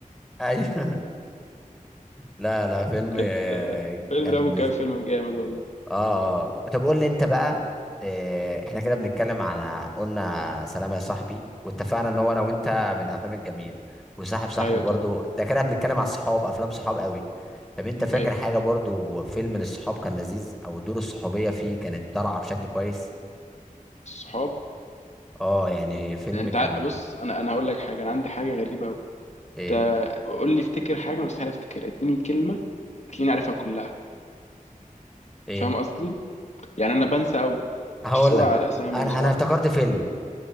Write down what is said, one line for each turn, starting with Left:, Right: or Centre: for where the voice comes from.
Centre: ايوه لا لا فيلم
Left: كانت
Centre: آه،
Left: <laughs> فيلم
Centre: كان
Left: راب والكباب فيلم جامد والله
Centre: اه طب قول لي انت بقى آه، احنا كده بنتكلم عن قلنا سلام يا صاحبي واتفقنا ان هو انا وانت من افلام الجميل وصاحب صاحبه
Left: ايوه
Centre: برضو
Left: طبعا
Centre: ده كده بنتكلم على الصحاب افلام صحاب قوي طب انت فاكر
Left: ايوه
Centre: حاجة برضو فيلم للصحاب كان لذيذ او دور الصحوبية فيه كانت طالعة بشكل كويس
Left: الصحاب
Centre: اه يعني فيلم
Left: يعني انت
Centre: كان
Left: عا- بص انا انا هقول لك حاجه انا عندي حاجه غريبه قوي انت
Centre: ايه
Left: قول لي افتكر حاجه أنا مستحيل افتكر اديني كلمه هتلاقيني عارفها كلها
Centre: ايه
Left: فاهم قصدي يعني انا بنسى او
Centre: هقول
Left: بسرعه
Centre: لك
Left: على اسامي
Centre: انا
Left: مش بعرف
Centre: انا افتكرت فيلم